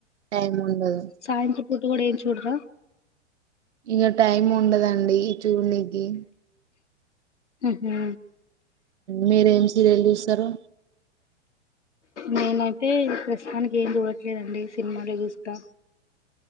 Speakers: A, on the right; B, on the left.
A: టైం ఉండదు
B: సాయంత్రం పూట కూడా ఏం చూడరా
A: ఇంగ టైం ఉండదండి చూడనీకి
B: ఊహూ
A: మీరు ఏం సీరియల్ చూస్తారు
B: నేనైతే ప్రస్తుతానికి ఏం చూడట్లేదండి సినిమాలే చూస్తా